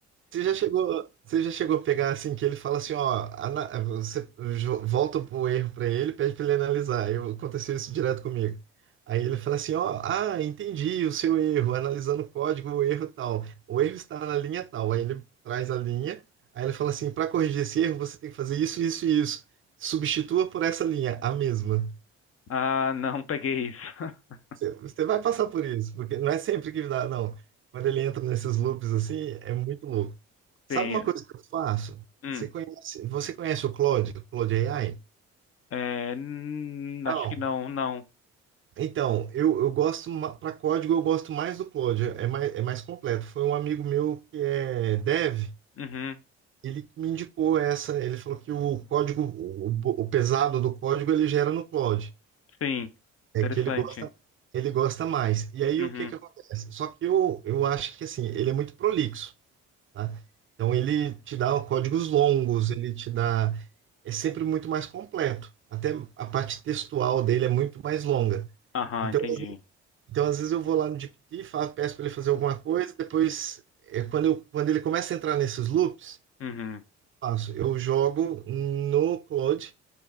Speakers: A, on the right; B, on the left.
A: Você já chegou, você já chegou a pegar assim que ele fala assim, ó, ana- você jo- volta o erro para ele, pede para ele analisar. Eu aconteceu isso direto comigo. Aí ele fala assim, ó, ah, entendi o seu erro, analisando o código, o erro tal. O erro está na linha tal. Aí ele traz a linha, aí ele fala assim, para corrigir esse erro, você tem que fazer isso, isso e isso. Substitua por essa linha, a mesma.
B: Ah, não peguei isso. <laughs>
A: Você você vai passar por isso, porque não é sempre que dá, não. Quando ele entra nesses loops assim, é muito louco. Sabe
B: Sim.
A: uma coisa que eu faço?
B: Hum.
A: Você conhece, você conhece o Claude, o Claude AI?
B: É, hum,
A: Não.
B: acho que não, não.
A: Então, eu, eu gosto, para código, eu gosto mais do Claude, é mais, é mais completo. Foi um amigo meu que é dev,
B: Uhum.
A: ele que me indicou essa, ele falou que o código, o, o pesado do código, ele gera no Claude,
B: Sim.
A: é
B: Interessante.
A: que ele gosta, ele gosta mais. E aí,
B: Uhum.
A: o que que acontece? Só que eu, eu acho que, assim, ele é muito prolixo. né? Então ele te dá códigos longos, ele te dá. É sempre muito mais completo. Até a parte textual dele é muito mais longa.
B: Aham,
A: Então,
B: entendi.
A: então às vezes eu vou lá no GPT, falo, peço para ele fazer alguma coisa, depois, é, quando, eu, quando ele começa a entrar nesses loops,
B: Uhum.
A: faço, eu jogo no Cloud,